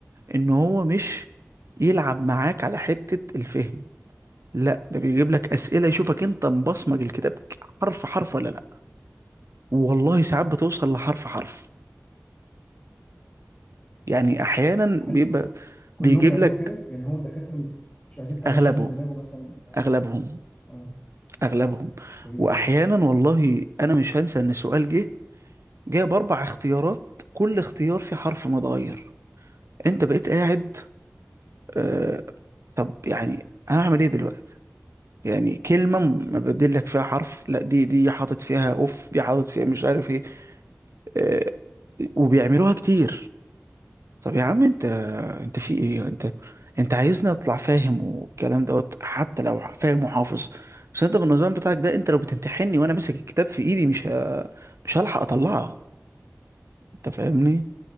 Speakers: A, on the right; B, on the left.
A: ان هو مش يلعب معاك على حتة الفهم لا ده بيجيب لك اسئلة يشوفك انت مبصمج الكتاب حرف حرف ولا لا والله ساعات بتوصل لحرف حرف يعني احيانا
B: هل
A: بيبقى
B: ك- كلهم
A: بيجيب
B: بيعملوا
A: لك
B: كده؟ يعني هو الدكاترة مش عايزين حد
A: اغلبهم
B: يشغل دماغه مثلا يعني
A: اغلبهم
B: اه
A: اغلبهم
B: غريب
A: واحيانا
B: قوي
A: والله انا مش هنسى ان سؤال جه جايب اربع اختيارات كل اختيار فيه حرف متغير انت بقيت قاعد آه طب يعني هعمل ايه دلوقتي يعني كلمة م- مبدل لك فيها حرف لا دي دي حاطط فيها اوف دي حاطط فيها مش عارف ايه آه وبيعملوها كتير طب يا عم انت انت في ايه انت انت عايزني اطلع فاهم والكلام دوت حتى لو فاهم وحافظ بس انت بالنظام بتاعك ده انت لو بتمتحني وانا ماسك الكتاب في ايدي مش ه... مش هلحق اطلعها انت فاهمني